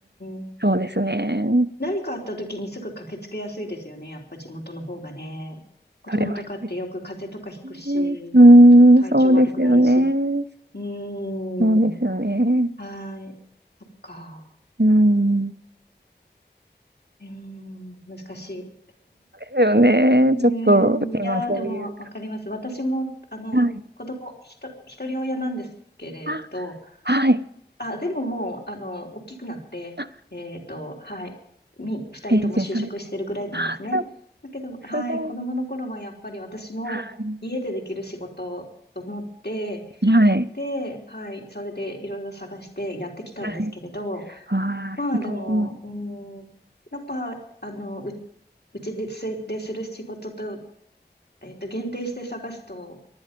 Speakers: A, on the left; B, on the right.
A: ん。
B: そうですね。
A: 何かあった時にすぐ駆けつけやすいですよね。やっぱ地元の方がね。子供とかってよく風邪とかひくし、
B: それはやっぱりね。う
A: と体調悪くなるし。
B: ーん、そうですよね。
A: うーん。
B: そうですよね。
A: はい。そっか。
B: うん。で
A: うーん。難しい。
B: すよね。
A: <laughs> ねえいやー、
B: ちょっと、今そういう
A: でもわかります。私も、あの、
B: 形。はい。
A: 子供、ひと、一人親なんですけれど、
B: あ、はい。
A: あ、でももう、あの、大きくなって、
B: あ、
A: えっと、はい、み、二人とも就職してるぐらいなんですね。
B: 展示されて。あ、
A: だけど、はい、
B: す、すごい。
A: 子供の頃はやっぱり私も家でできる仕事と思って、
B: はい。
A: で、はい、それでいろいろ探してやってきたんですけれど、
B: はい。はい。ああ、
A: まあでも、
B: すごい。
A: うーん、やっぱ、あの、う、うちです、でする仕事と、えっと、限定して探すと、